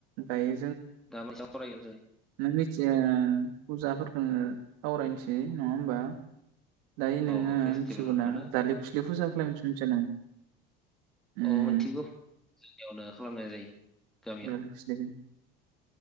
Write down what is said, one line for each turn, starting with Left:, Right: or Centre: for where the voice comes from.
Right: दायो
Centre: दा मोनसेयाव सावरायगोन जों
Right: <unintelligible> उम सावरायनोसै नङा होनबा दायो नोङो
Centre: औ फेस्टिभेलफोरखौ
Right: मोथियो ना दा लक्समि पुजाखौ मिथिनो ना मिथिया नों? उम
Centre: औ मिथिगौ जोंनियावनो खालामनाय जायो गामियाव
Right: <inaudible>